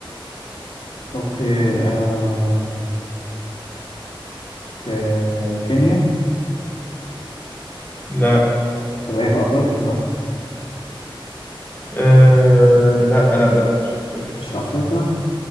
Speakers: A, on the left; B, on the left.
A: اوكي آه في كينيا
B: لا
A: طب هي في أفريقيا صح؟
B: آه لا لا لا مش في أفريقيا
A: مش في أفريقيا